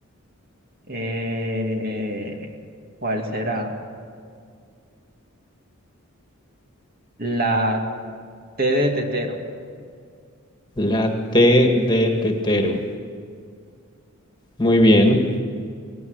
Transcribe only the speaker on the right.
Eh, ¿cuál será? La T de tetero.